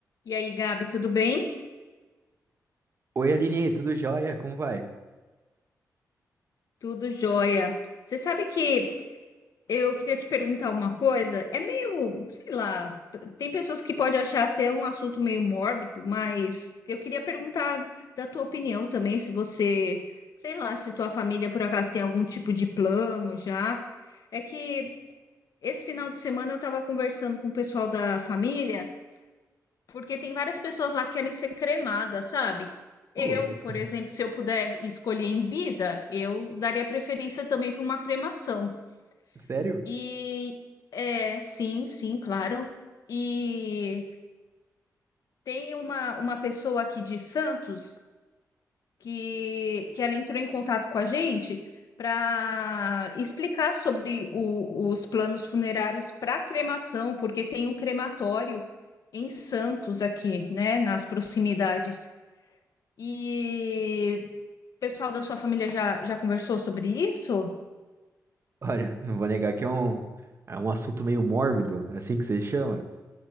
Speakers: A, on the left; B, on the right.
A: E aí, Gabi, tudo bem?
B: Oi, Aline, tudo jóia? Como vai?
A: Tudo jóia. Você sabe que eu queria te perguntar uma coisa? É meio, sei lá, tem pessoas que podem achar até um assunto meio mórbido, mas eu queria perguntar da tua opinião também, se você, sei lá, se tua família por acaso tem algum tipo de plano já. É que esse final de semana eu estava conversando com o pessoal da família. Porque tem várias pessoas lá que querem ser cremadas, sabe? Eu,
B: Ô, louco.
A: por exemplo, se eu puder escolher em vida, eu daria preferência também para uma cremação.
B: Sério?
A: E é, sim, sim, claro. E tem uma, uma pessoa aqui de Santos que, que ela entrou em contato com a gente para explicar sobre o- os planos funerários para cremação, porque tem um crematório em Santos aqui, né, nas proximidades. E o pessoal da sua família já, já conversou sobre isso?
B: Olha, não vou negar que é um, é um assunto meio mórbido, é assim que você chama.